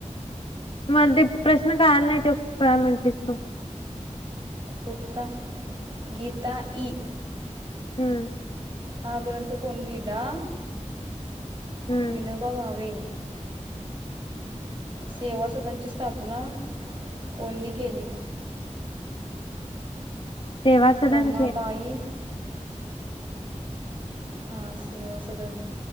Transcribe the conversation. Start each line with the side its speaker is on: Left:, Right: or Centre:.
Left: मला ते प्रश्न कळाला नाही त्यो, काय म्हंटलीस तू?
Right: कुठता? गीताई.
Left: हम्म
Right: हा ग्रंथ कोण लिहिला?
Left: हम्म
Right: विनोबा भावे. सेवासदनची स्थापना कोणी केली?
Left: सेवा सदनचे
Right: रमाबाई हा सेवासदन